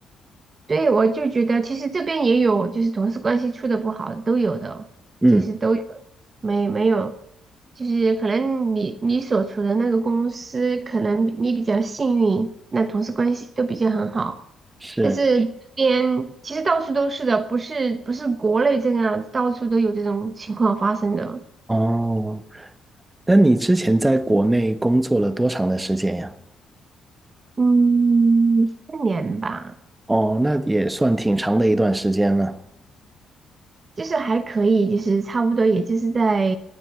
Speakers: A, on the right; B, on the right.
A: 对，我就觉得其实这边也有，就是同事关系处的不好，都有的，
B: 嗯，
A: 其实都有，没没有，就是可能你你所处的那个公司，可能你比较幸运，那同事关系都比较很好，
B: 是
A: 但是这边其实到处都是的，不是不是国内这个样子，到处都有这种情况发生的。
B: 哦。那你之前在国内工作了多长的时间呀？
A: 嗯，四年吧，
B: 哦，那也算挺长的一段时间了。
A: 就是还可以，就是差不多，也就是在